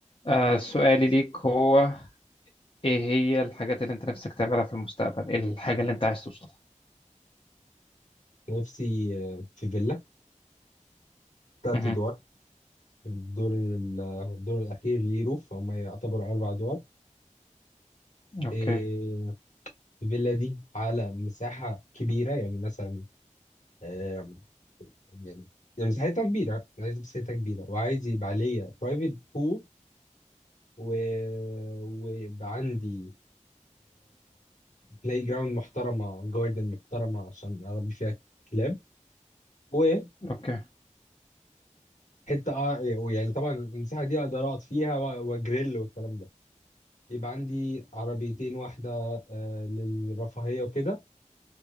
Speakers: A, on the left; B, on the left.
A: آه سؤالي ليك هو ايه هي الحاجات اللي انت نفسك تعملها في المستقبل ايه الحاجة اللي انت عايز توصلها
B: نفسي آه، في فيلا تلات
A: مهم.
B: أدوار الدور ال- الدور الأخير ليه روف هما يعتبروا أربع أدوار
A: اوكي
B: إيه، الفيلا دي على مساحة كبيرة يعني مثلا آه، يعني يعني مساحتها كبيرة عايز مساحتها كبيرة وعايز يبقى عليا برايفت بول و... ويبقى عندي بلاي جراوند محترمة جاردن محترمة عشان أربي فيها كلاب وحتة
A: اوكي
B: آه، يعني طبعا المساحة دي أقدر أقعد فيها و- وأجريل والكلام ده يبقى عندي عربيتين واحدة آه، للرفاهية وكده